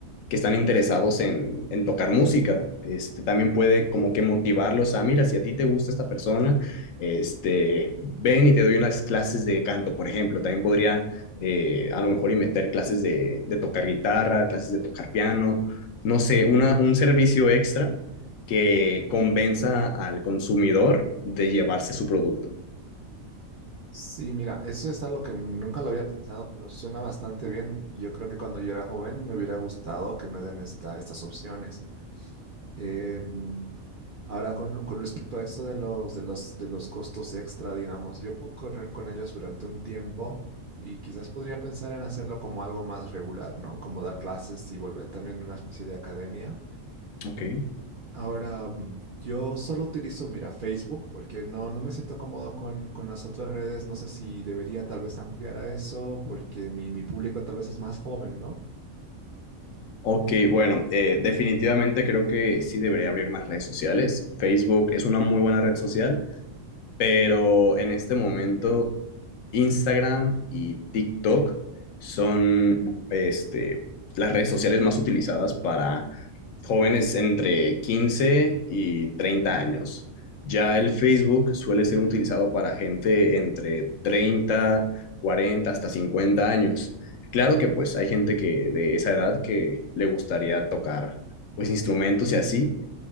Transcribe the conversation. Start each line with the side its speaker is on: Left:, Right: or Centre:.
Left: que están interesados en, en, tocar música. Este, también puede como que motivarlos a, mira, si a ti te gusta esta persona, este, ven y te doy unas clases de canto, por ejemplo. También podría eh, a lo mejor y meter clases de, de, tocar guitarra, clases de tocar piano, no sé, una, un servicio extra que convenza al consumidor de llevarse su producto.
Right: Sí, mira, eso es algo que nunca lo había pensado, pero suena bastante bien. Yo creo que cuando yo era joven me hubiera gustado que me den esta, estas opciones. Eh, mm, ahora, con, con respecto a eso de los, de los, de los costos extra, digamos, yo puedo correr con ellos durante un tiempo y quizás podría pensar en hacerlo como algo más regular, ¿no? Como dar clases y volver también a una especie de academia.
Left: Ok.
Right: Ahora, mm, yo solo utilizo, mira, Facebook porque no, no me siento cómodo con, con las otras redes. No sé si debería tal vez ampliar a eso porque mi, mi público tal vez es más joven, ¿no?
Left: Ok, bueno, eh, definitivamente creo que sí debería abrir más redes sociales. Facebook es una muy buena red social pero en este momento Instagram y TikTok son este, las redes sociales más utilizadas para jóvenes entre 15 y 30 años. Ya el Facebook suele ser utilizado para gente entre treinta cuarenta hasta 50 años. Claro que pues hay gente que de esa edad que le gustaría tocar pues instrumentos y así,